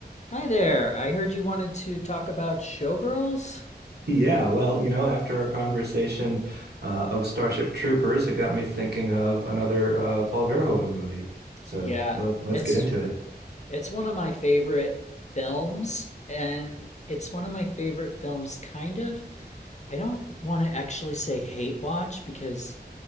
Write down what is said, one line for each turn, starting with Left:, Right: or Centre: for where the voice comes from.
Left: Hi there. I heard you wanted to talk about Showgirls.
Right: Yeah, well, you know, after our conversation uh, of Starship Troopers, it got me thinking of another uh, Paul Verhoeven movie. So
Left: Yeah,
Right: let, let's
Left: it's
Right: get into it.
Left: it's one of my favorite films and it's one of my favorite films kind of. I don't want to actually say hate watch because